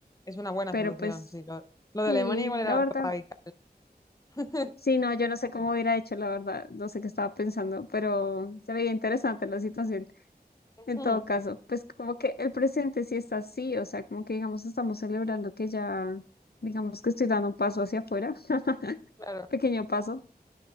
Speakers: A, on the left (about 20°); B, on the left (about 70°).
A: Es una buena
B: pero
A: solución,
B: pues
A: sí. Lo, lo de
B: sí,
A: Alemania igual era
B: la
A: algo
B: verdad.
A: radical. <laughs>
B: Sí, no, yo no sé cómo hubiera hecho, la verdad, no sé qué estaba pensando, pero se veía interesante la situación.
A: Ujú,
B: En todo caso, pues como que el presente sí está así, o sea, como que digamos estamos celebrando que ya, digamos que estoy dando un paso hacia afuera, <laughs>
A: Claro,
B: pequeño paso.